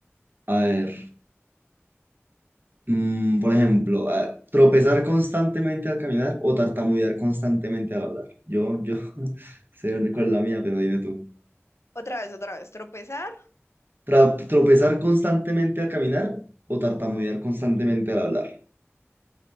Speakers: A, on the right; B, on the left.
A: A ver, mm, por ejemplo, a ver, tropezar constantemente al caminar o tartamudear constantemente al hablar. Yo, yo, <laughs> sé cuál es la mía, pero dime tú.
B: Otra vez, otra vez, tropezar,
A: Tra- tropezar constantemente al caminar o tartamudear constantemente al hablar.